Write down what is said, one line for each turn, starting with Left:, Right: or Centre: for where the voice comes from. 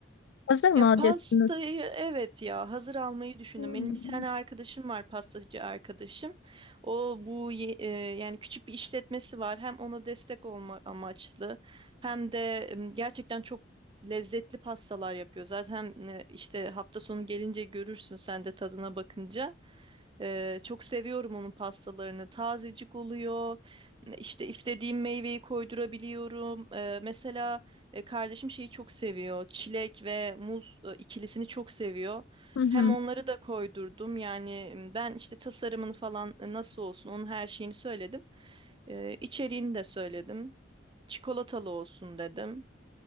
Left: Hazır mı
Right: Ya
Left: alacaksınız?
Right: pastayı evet ya hazır almayı düşündüm.
Left: Hmm.
Right: Benim bir tane arkadaşım var pastacı arkadaşım. O bu ye- e, yani küçük bir işletmesi var. Hem ona destek olma amaçlı hem de em, gerçekten çok lezzetli pastalar yapıyor. Zaten e, işte hafta sonu gelince görürsün sen de tadına bakınca. E, çok seviyorum onun pastalarını. Tazecik oluyor. İşte istediğim meyveyi koydurabiliyorum. E, mesela e, kardeşim şeyi çok seviyor. Çilek ve muz e, ikilisini çok seviyor.
Left: Hı hı.
Right: Hem onları da koydurdum. Yani m, ben işte tasarımını falan e, nasıl olsun onun her şeyini söyledim. E, içeriğini de söyledim. Çikolatalı olsun dedim.